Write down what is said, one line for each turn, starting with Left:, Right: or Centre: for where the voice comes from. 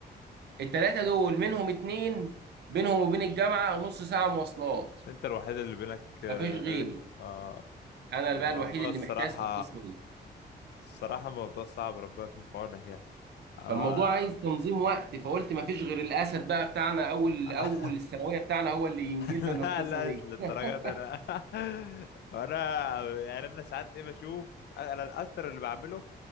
Right: الثلاثه دول منهم اتنين بينهم وبين الجامعه نص ساعه مواصلات
Left: انت الوحيد اللي بينك اه
Right: مفيش غيري
Left: آه.
Right: انا
Left: الموضوع
Right: بقى الوحيد اللي
Left: الصراحة
Right: محتاس في القصه
Left: الصراحة موضوع صعب ربنا يكون في عونك يعني آه.
Right: فالموضوع عايز تنظيم وقت فقلت ما فيش غير الاسد بقى بتاعنا اول
Left: <laughs>
Right: اول الثانويه بتاعنا هو اللي ينجدنا
Left: لا
Right: من القصه
Left: لا
Right: دي
Left: مش للدرجة
Right: <laughs>
Left: دي انا <laughs> انا يعني انا ساعات ايه بشوف انا الاكتر اللي بعمله